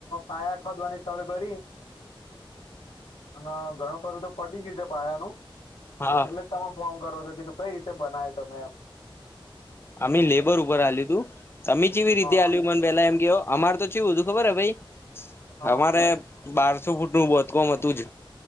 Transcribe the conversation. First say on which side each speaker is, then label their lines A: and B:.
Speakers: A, on the left (about 80°); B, on the left (about 25°).
A: પાયા ખોદવાની ચાલુ કરી અને ઘણું ખરું, તો ખોદી ગયું છે, પાયાનું
B: હા
A: એટલે, તમે ફોન કરો, તો કીધું કઈ રીતે બનાય તમે એમ
B: અમે લેબર ઉપર આલ્યું, તું તમે કેવી રીતે
A: હા હા
B: આલ્યું મને પેલા એમ કે અમારે, તો ચેવું હતુ, ખબર ભાઈ
A: હા
B: અમારે
A: હા
B: બારસો ફૂટ બોધકોમ હતું, જ